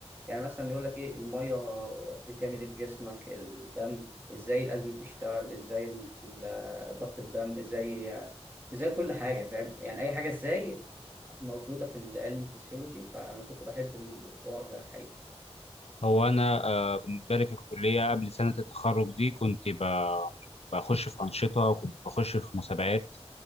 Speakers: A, on the right; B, on the left.
A: يعني مثلا يقول لك ايه الميه بتعمل ايه في جسمك الدم ازاي القلب بيشتغل ازاي ال- آه، ضغط الدم ازاي آه، ازاي كل حاجه فاهم يعني اي حاجه ازاي موجوده في العلم الفسيولوجي فانا كنت بحب الحوار ده الحقيقه
B: هو انا آه، بالنسبه لي في الكليه قبل سنه التخرج دي كنت ب- بخش في انشطه وكنت بخش في مسابقات